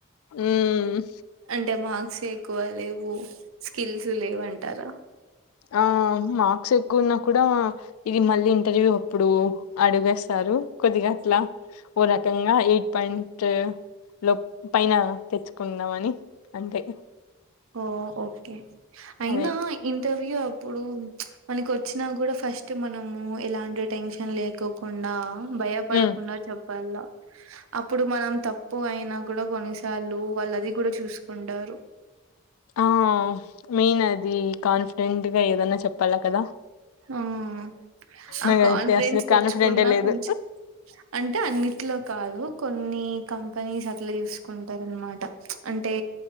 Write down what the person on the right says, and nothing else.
అంటే మా సే ఎక్కువలేవు స్కిల్స్ లేవంటారా
ఓ ఓకే అయినా
ఇంటర్వ్యూ ప్పుడు మనకి వచ్చినా కూడా ఫస్ట్ మనము ఎలాంటి టెన్షన్ లేకోకుండా భయపడకుండా
చె ప్పల్ల అప్పుడు మనం తప్పు అయినా కూడా కొన్నిసార్లు వాళ్ళు అది కూడా చూసుకుంటా రు
ఉమ్మ్ ఆ
కాన్ఫిడెన్స్
తెచ్చుకున్నా
కొంచెం అంటే అన్నిట్లో కాదు కొన్ని కంపెనీస్ అట్లా చూసుకుంటారు అనమాట అంటే